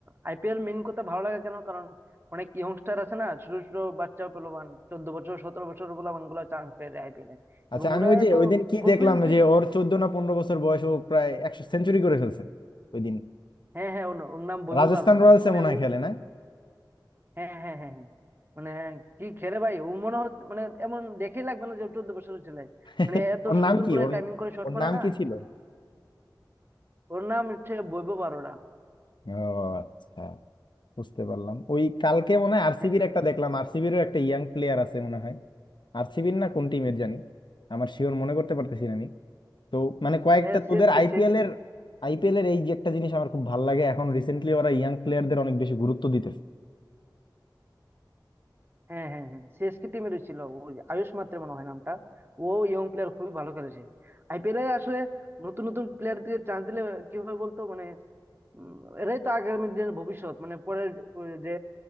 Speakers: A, on the right; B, on the left.
A: আইপিএল মেন কথা ভালো লাগে কেন কারণ অনেক ইয়ংস্টার আছে না ছোট ছোট বাচ্চা পোলাপান চোদ্দ বছর সতেরো বছর পোলাপান গুলো চান্স পেয়ে আইপিএল এ
B: আচ্ছা
A: এবং
B: আমি
A: ওরা
B: ওই যে
A: এত
B: ওই দিন কি
A: কনফিডেন্টলি
B: দেখলাম যে
A: খেলে
B: ওর চোদ্দ না পনেরো বছর বয়স ও প্রায় একশো সেঞ্চুরি করে ফেলছে ওই দিন
A: হ্যাঁ হ্যাঁ ওর ওর নাম বৈভব
B: রাজস্থান
A: অরোরা
B: রয়্যালস
A: মানে
B: মনে হয়
A: ও
B: খেলে না
A: হ্যাঁ হ্যাঁ হ্যাঁ হ্যাঁ মানে কি খেলে ভাই ও মনে হচ্ছে মানে এমন দেখেই লাগবে না যে ও চোদ্দ বছরের ছেলে
B: <laughs>
A: মানে এত
B: ওর নাম
A: সুন্দর
B: কি
A: করে
B: ওর
A: টাইমিং করে শট
B: ওর
A: মারে
B: নাম
A: না
B: কি ছিল
A: ওর নাম হচ্ছে বৈভব অরোরা
B: ও আচ্ছা বুঝতে পারলাম ওই কালকে মনে হয় আরসিবির
A: হ্যাঁ
B: একটা দেখলাম আরসিবিরও একটা ইয়াং প্লেয়ার আছে মনে হয় আরসিবির না কোন টিমের জানি আমার শিওর মনে করতে পারতেছি না আমি তো মানে কয়েকটা
A: হ্যাঁ সিএসকে
B: তোদের আইপিএল
A: সিএসকে
B: এর আইপিএল এর এই যে একটা জিনিস আমার খুব ভালো লাগে এখন রিসেন্টলি ওরা ইয়াং প্লেয়ারদের অনেক বেশি গুরুত্ব দিতেছে
A: হ্যাঁ হ্যাঁ হ্যাঁ সিএসকে টিমের ছিল ওই আয়ুষ মাত্রে মনে হয় নামটা ও ইয়ং প্লেয়ার খুবই ভালো খেলেছে আইপিএলে আসলে নতুন নতুন প্লেয়ার দিয়ে চান্স দিলে কি হয় বলতো মানে উম, এরাই তো আগামী দিনের ভবিষ্যৎ মানে পরের আহ, যে